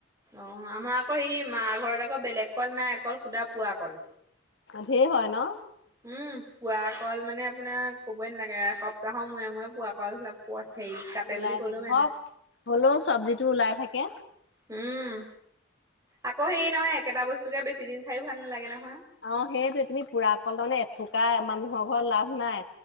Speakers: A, on the right (about 15°); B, on the left (about 75°).
A: অঁ আমাৰ আকৌ সেই মা ঘৰত আকৌ বেলেগ কল নাই অঁ কল সুধা পোৱা কল।
B: ধেৰ হয়ঁ ন।
A: উমঁ পোৱা কল মানে আপোনাৰ ক'বই নালাগে এসপ্তাহৰ মূৰে মূৰে পোৱা কল- ক হেৰি কাটে
B: ওলাই
A: বুলি ক'লো
B: থাকে
A: মানে।
B: হওক হ'লেও চব্জিটো ওলাই থাকে।
A: উমঁ আকৌ হে নহয় একেটা বস্তুকে বেছি দিন খায়ো ভাল নালাগে নহয়।
B: অঁ সেইটোৱে তুমি পুৰা অকল তাৰমানে এথোকা মানুহৰ ঘৰত লাভ নাই।